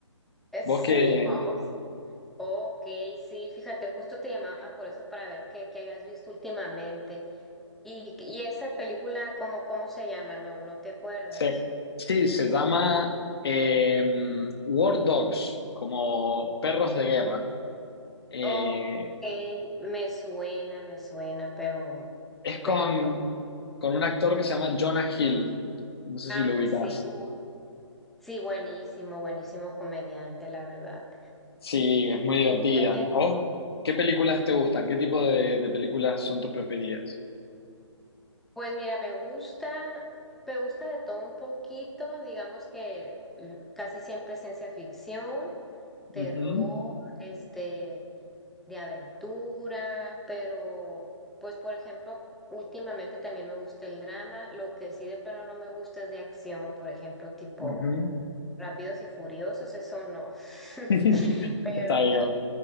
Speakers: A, in the centre; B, on the left.
A: Eh,
B: Vos
A: Sí,
B: que...
A: wow. Ok, sí, fíjate, justo te llamaba por eso para ver qué, qué habías visto últimamente. Y, y esa película, ¿cómo, cómo se llama? No, no te acuerdas.
B: se- sí, se llama eh, War Dogs, como perros de guerra. Eh,
A: Ok, me suena, me suena, pero,
B: es con,
A: pero no.
B: con un actor que se llama Jonah Hill. No sé
A: Ah,
B: si lo ubicás.
A: sí, uh, sí, buenísimo, buenísimo comediante, la verdad.
B: Sí, es muy divertida.
A: Fíjate.
B: ¿A vos qué películas te gustan? ¿Qué tipo de, de películas son tus preferidas?
A: Pues mira, me gusta, me gusta de todo un poquito, digamos que mm, casi siempre es ciencia ficción, terror,
B: Ujú,
A: este, de aventura, pero pues por ejemplo, últimamente también me gusta el drama, lo que sí de plano no me gusta es de acción, por ejemplo, tipo
B: ujú.
A: Rápidos y Furiosos, eso no. <laughs>
B: <laughs>
A: Pero
B: Está bien.